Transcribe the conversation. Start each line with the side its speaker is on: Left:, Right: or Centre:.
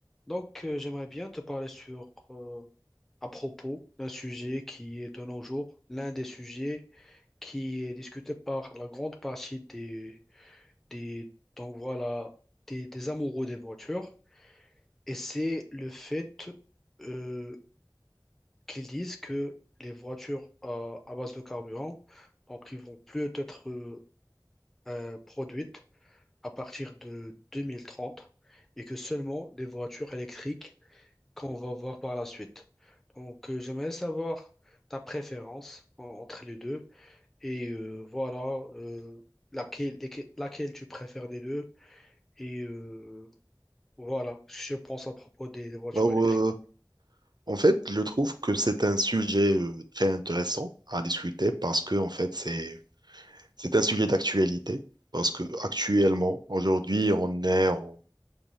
Centre: Donc, euh, j'aimerais bien te parler sur, euh, à propos d'un sujet qui est de nos jours l'un des sujets qui est discuté par la grande partie des, des, donc voilà, des, des amoureux des voitures. Et c'est le fait euh, qu'ils disent que les voitures à, à base de carburant, donc, ils vont plus être euh, euh, produites à partir de 2030 et que seulement les voitures électriques qu'on va voir par la suite. Donc, euh, j'aimerais savoir ta préférence en- entre les deux et euh, voilà euh, laquelle, lesquelles- laquelle tu préfères des deux et euh, voilà ce que je pense à propos des, des voitures
Right: Alors,
Centre: électriques.
Right: euh, en fait, je trouve que c'est un sujet euh, très intéressant à discuter parce que, en fait, c'est c'est un sujet d'actualité parce que actuellement, aujourd'hui, on est en,